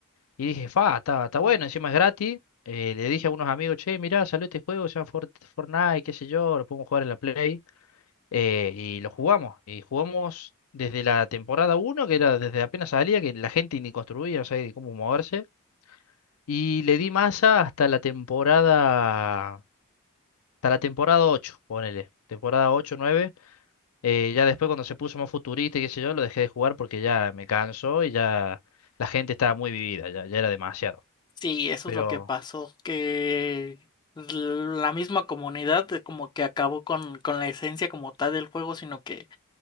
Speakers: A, on the left; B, on the left.
A: Y dije, fa, está, está bueno,
B: Ujú.
A: encima es gratis. Eh, le dije a unos amigos, che, mirá, salió este juego, se llama Fort- Fortnite, qué sé yo, lo podemos jugar en la Play. Eh, y lo jugamos. Y jugamos desde la temporada uno que era desde apenas salía, que la gente ni construía, no sabía ni cómo moverse. Y le di masa hasta la temporada, hasta la temporada 8 ponele. Temporada 8 nueve Eh, ya después cuando se puso más futurista y qué sé yo, lo dejé de jugar porque ya me cansó y ya la gente estaba muy vivida, ya, ya era demasiado.
B: Sí, eso
A: Pero...
B: es lo que pasó, que la misma comunidad de como que acabó con, con la esencia como tal del juego, sino que